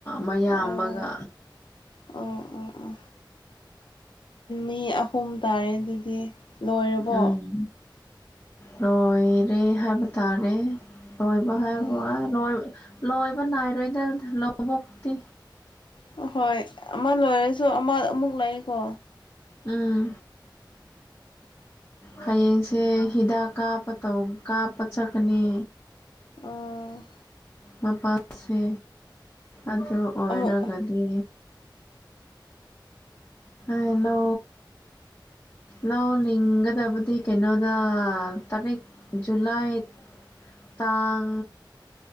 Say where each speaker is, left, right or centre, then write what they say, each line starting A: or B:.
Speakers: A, on the left (about 30°); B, on the left (about 80°).
A: ꯃꯌꯥꯝꯕꯒ
B: ꯑꯣ ꯑꯣ ꯑꯣ ꯑꯣ ꯃꯤ ꯑꯍꯨꯝ ꯇꯥꯔꯦ ꯑꯗꯨꯗꯤ ꯂꯣꯏꯔꯕꯣ
A: ꯎꯝ ꯂꯣꯏꯔꯦ ꯍꯥꯏꯕ ꯇꯥꯔꯦ ꯂꯣꯏꯕ
B: ꯎꯝ
A: ꯍꯥꯏꯕꯕꯨ ꯂꯣꯏ ꯂꯣꯏꯕ ꯅꯥꯏꯔꯣꯏꯗ ꯂꯧꯕꯣꯛꯛꯇꯤ
B: ꯍꯣ ꯍꯣꯏ ꯑꯃ ꯂꯣꯏꯔꯁꯨ ꯑꯃ ꯑꯃꯨꯛ ꯂꯩꯀꯣ
A: ꯎꯝ ꯍꯌꯦꯡꯁꯦ ꯍꯤꯗꯥꯛ ꯀꯥꯞꯄ ꯇꯧ ꯀꯥꯞꯄ ꯆꯠꯀꯅꯤ
B: ꯑꯣ
A: ꯃꯄꯥꯁꯦ ꯑꯗꯨ ꯑꯣꯏꯔꯒꯗꯤ
B: ꯑꯃꯨꯛ
A: ꯍꯂꯣ ꯂꯧ ꯂꯤꯡꯒꯗꯕꯗꯤ ꯀꯩꯅꯣꯗ ꯇꯔꯤꯛ ꯖꯨꯂꯥꯏ ꯇꯥꯡ